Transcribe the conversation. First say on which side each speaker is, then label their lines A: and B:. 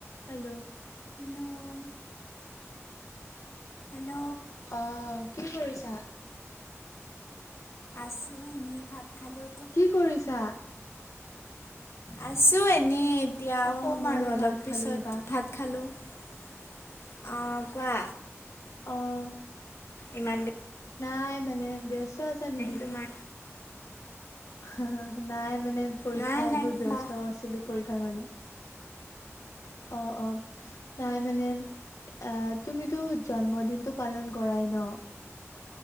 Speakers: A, on the left; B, on the left.
A: Hello.
B: <inaudible> Hello.
A: অ' কি কৰিছা?
B: আছো এনেই ভাত খালোঁ
A: কি কৰিছা?
B: আছো এ এনেই এতিয়া
A: অ
B: শুম
A: ময়ো
B: আৰু অলপ
A: ভাত
B: পিছত
A: খালো ৰবা।
B: ভাত খালোঁ। অ' কোৱা।
A: অ'।
B: ইমান দি
A: নাই মানে ব্যস্ত আছা নেকি?
B: তোমাৰ।
A: <unintelligible> নাই। মানে পৰীক্ষা
B: নাই
A: এইবোৰ
B: নাই
A: ব্যস্ত
B: বা
A: আছিলোঁ, পৰী ক্ষা কাৰণে অহ -অহ নাই মানে আ তুমিতো জন্মদিনটো পালন কৰাই ন'?